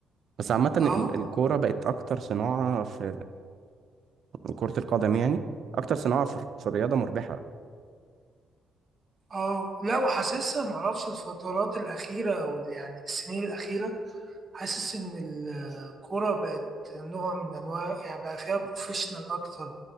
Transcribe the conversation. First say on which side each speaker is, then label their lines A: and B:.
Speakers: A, on the right; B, on the right.
A: بس عامة ال-
B: اه
A: الكورة بقت أكتر صناعة في آه، كرة القدم يعني اكتر صناعه في في الرياضه مربحه
B: اه لا وحاسسها معرفش الفترات الأخيرة أو ال- يعني السنين الأخيرة حاسس إن الكورة بقت نوع من أنواع يعني بقى فيها بروفيشنال أكتر